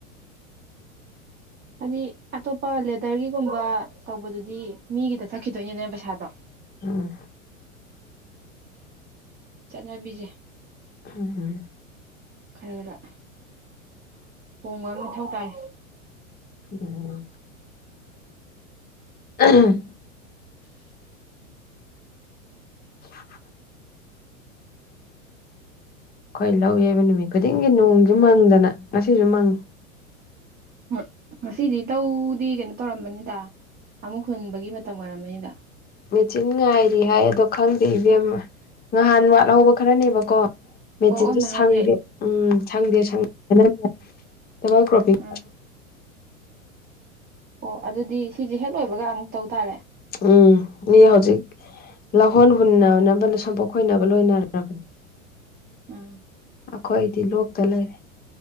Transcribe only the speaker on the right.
ꯍꯥꯏꯗꯤ ꯑꯇꯣꯞꯄ ꯂꯦꯗꯔꯒꯤꯒꯨꯝꯕ ꯇꯧꯕꯗꯨꯗꯤ ꯃꯤꯒꯤꯗ ꯆꯠꯈꯤꯗꯣꯏꯅꯤꯗꯅ ꯄꯩꯁꯥꯗꯣ
ꯆꯠꯅꯕꯤꯁꯦ
ꯈꯔ ꯈꯔ ꯍꯣꯡꯕ ꯑꯃ ꯃꯊꯧ ꯇꯥꯏ
<inaudible>
ꯍꯣꯏ ꯉꯁꯤꯗꯤ ꯇꯧꯗꯤ ꯀꯩꯅꯣ ꯇꯧꯔꯝꯃꯥꯅꯤꯗ ꯑꯃꯨꯛ ꯍꯨꯟꯕꯒꯤ ꯃꯇꯝ ꯑꯣꯏꯔꯝꯃꯥꯅꯤꯗ
ꯑꯣ ꯑꯣ ꯅꯍꯥꯟꯁꯦ
ꯎꯝ ꯑꯣ ꯑꯗꯨꯗꯤ ꯁꯤꯁꯦ ꯍꯦꯛ ꯂꯣꯏꯕꯒ ꯑꯃꯨꯛ ꯇꯧ ꯇꯥꯔꯦ
ꯎꯝ